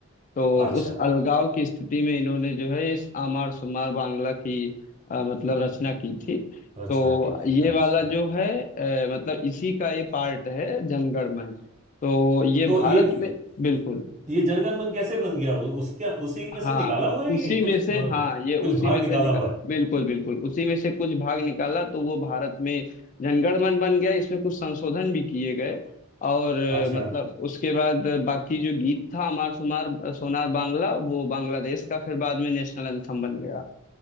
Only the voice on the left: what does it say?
तो
उस अलगाव की स्थिति में इन्होंने जो है इस आमार सुमार बांग्ला की अ, मतलब रचना की थी
तो
ये
वाला जो है अ, मतलब इसी का ये पार्ट है जनगण मन तो ये
भारत
में बिल्कुल
हाँ
उसी
में
से हाँ ये उसी
में
से निकाल
बिल्कुल बिल्कुल उसी में से कुछ भाग निकाला तो वो भारत में जनगणमन बन गया इसमें कुछ संशोधन भी किए गए और अ,
मतलब उसके बाद बाकी जो गीत था अमार सुमार सोनार बांग्ला वो बांग्लादेश का फिर बाद में नेशनल एंथम बन गया